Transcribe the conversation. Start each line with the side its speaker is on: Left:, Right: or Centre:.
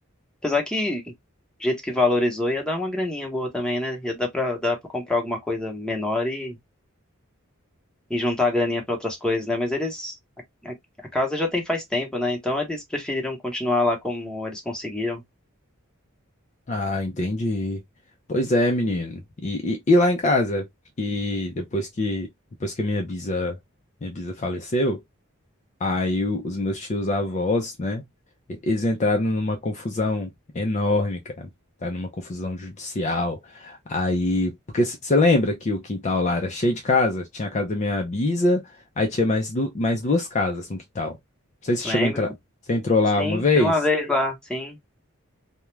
Centre: Apesar que, do jeito que valorizou, ia dar uma graninha boa também, né? Ia dar pra, dar pra comprar alguma coisa menor e, e juntar a graninha pra outras coisas, né? Mas eles. A, a a casa já tem faz tempo, né? Então eles preferiram continuar lá como eles conseguiram.
Left: Ah, entendi. Pois é, menino. E, e, e lá em casa? E depois que, depois que a minha bisa, minha bisa faleceu. Aí o- os meus tios avós, né? e- Eles entraram numa confusão enorme, cara. Tá numa confusão judicial. Aí, porque você lembra que o quintal lá era cheio de casa? Tinha a casa da minha bisa, aí tinha mais, du mais duas casas no quintal. Não sei se você
Centre: Lembro.
Left: chegou a entrar. Você entrou lá
Centre: Sim,
Left: uma vez?
Centre: fui uma vez lá, sim.